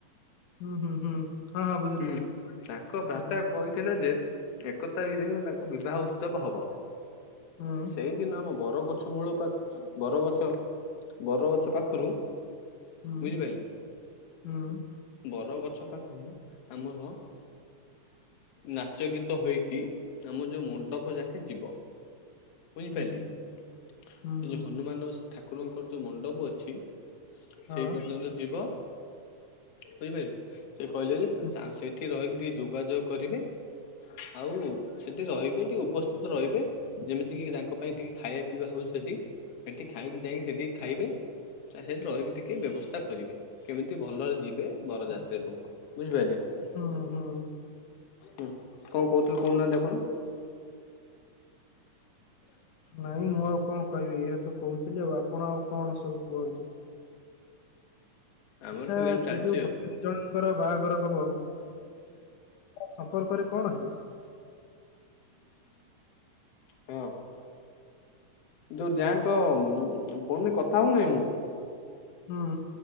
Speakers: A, on the left; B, on the left.
A: ହୁଁ ହୁଁ ହୁଁ ହଁ ହଁ ବୁଝିଲି
B: ହୁଁ,
A: ବୁଝିଲି
B: ତାଙ୍କ ବାପା
A: ହୁଁ
B: କହିଥିଲେ ଯେ ଏକ ତାରିଖ ଦିନ ତାଙ୍କ ବିବାହ ଉତ୍ସବ ହବ।
A: ହୁଁ
B: ସେଇଦିନ ମୋ ବରଗଛ ମୂଳ ପାଖ, ବରଗଛ! ବରଗଛ ପାଖରୁ
A: ହୁଁ
B: ବୁଝିପାଇଲି।
A: ହୁଁ
B: ବର ଗଛ ପାଖରୁ ଆମର ନାଚ ଗୀତ ହୋଇକି। ଆମ ଯୋଉ ମଣ୍ଡପ ଯାଁକେ ଯିବ। ବୁଝିପାଇଲେ।
A: ହୁଁ
B: ସେ
A: ହୁଁ ହୁଁ
B: ଯୋଉ ହନୁମାନ ସ ଠାକୁରଙ୍କର ଯୋଉ ମଣ୍ଡପ ଅଛି।
A: ହଁ
B: ସେଇ ପର୍ଯ୍ୟନ୍ତ ଯିବ। ବୁଝିପାଇଲୁ! ସେ କହିଲେ ଯେ, ତ
A: ହୁଁ
B: ସା ସେଠି ରହିକି ଟିକେ ଯୋଗାଯୋଗ କରିବେ। ଆଉ ସେଠି ରହିବେ ଟିକେ, ଉପସ୍ଥିତ ରହିବେ ଯେମିତି କି, ତାଙ୍କ ପାଇଁ ଟିକେ ଖାଇବା ପିଇବା ହଉଛି ସେଠି। ଏଠି ଖାଇକି ଯାଇକି ସେଠି ଖାଇବେ। ଆଉ, ସେଠି ରହିକି ଟିକେ ବ୍ୟବସ୍ଥା କରିବେ। କେମିତି ଭଲରେ ଯିବେ। ବରଜାତିରି ଲୋକ। ବୁଝିପାରିଲେ
A: ହଁ, ହଁ।
B: ହୁଁ, କଣ କହୁଥୁଲ କହୁନାହାଁନ୍ତି ଆପଣ?
A: ନାଇଁ ମୁଁ, ଆଉ କଣ କହିବି! ଇଆତ କହୁଥିଲି। ଆଉ ଆପଣ ଆଉ କଣ ସବୁ କୁହନ୍ତୁ?
B: ଆମର
A: ଆଚ୍ଛା,
B: ସବୁ ଏମିତି ଚାଲିଛି
A: ସେ ଯୋଉ
B: ଆଉ
A: ଭଗିନୀ ଜଣଙ୍କର ବାହାଘର ହବ! ସମ୍ପର୍କରେ କଣ ହେବେ?
B: ହଁ। ଯୋଉ ଯାଙ୍କ ଫୋନ୍ ରେ କଥା ହଉନାହିଁ, ମୁଁ
A: ହୁଁ।